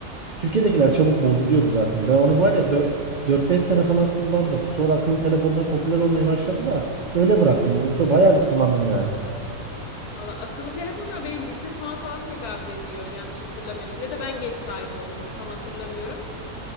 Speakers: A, on the right (about 60°); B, on the left (about 85°).
A: Türkiye'dekiler çabuk bozuluyordu zaten. Ben onu var ya 4-5 sene falan kullandım. Sonra akıllı telefonlar popüler olmaya başladı da öyle bıraktım. Yoksa bayağı bir kullandım yani.
B: Valla akıllı telefonlar benim lise sona falan tekabül ediyor yanlış hatırlamıyorsam. Ya da ben geç sahibi oldum tam hatırlamıyorum.